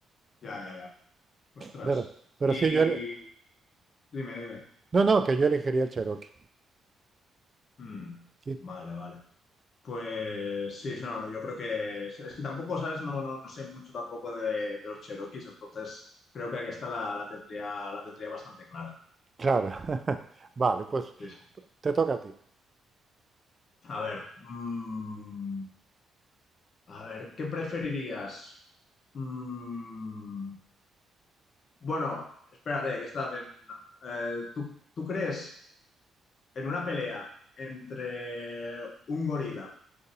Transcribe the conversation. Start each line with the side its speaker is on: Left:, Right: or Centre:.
Left: Ya, ya, ya. Ostras.
Right: Pero, pero
Left: Y
Right: sí, yo, ele-
Left: dime, dime.
Right: no, no, que yo elegiría el cherokee.
Left: Mm,
Right: Y,
Left: vale, vale. Pues sí, no, no, yo creo que es, es que tampoco, ¿sabes? No, no, no sé mucho tampoco de, de los Cherokees, entonces creo que esta la, la tendría, la tendría bastante clara.
Right: claro, <laughs> vale, pues
Left: Sí, sí.
Right: te toca a ti,
Left: A ver, mm, a ver, ¿qué preferirías? Mm, bueno, espérate, que está bien. Eh, ¿tú, tú crees en una pelea entre un gorila